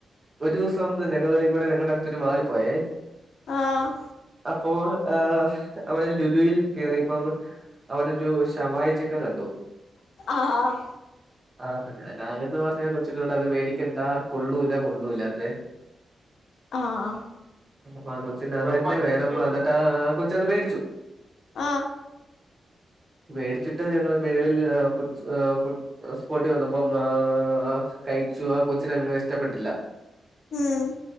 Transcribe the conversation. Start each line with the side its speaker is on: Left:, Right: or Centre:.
Right: ഒരു ദിവസം ഞങ്ങള് ഇവിടെ ഞങ്ങളുടെ അടുത്തൊരു മാളി പോയേ
Left: ആഹ്
Right: അപ്പോ ആ അവള് ലുലുൽ കേറിയപ്പം അവിടെ ഒരു ശവായ ചെ ക്കെ കണ്ടു
Left: ആഹ്
Right: ആഹ് ഞാനാക്ന്ന് പർഞ് കൊച്ചിനോട്‌ അത് മേടിക്കണ്ട കൊള്ളൂല്ല കൊള്ളൂല്ല ന്ന്
Left: ആ ആ
Right: അ ആ കൊച്ചിന്റെ <unintelligible> വേണംന്ന് പർഞ്ട്ട് ആ കൊച്ചത് മേടിച്ചു
Left: ആ
Right: വേടിച്ചിട്ട് ഞങ്ങള് മേളിൽ ഫുഡ്സ് ഫുഡ് അ സ്പോട്ടി വന്നപ്പം ആ കഴിച്ചു ആ കൊച്ചിനങ്ങനെ ഇഷ്ടപ്പെട്ടില്ല
Left: ഉം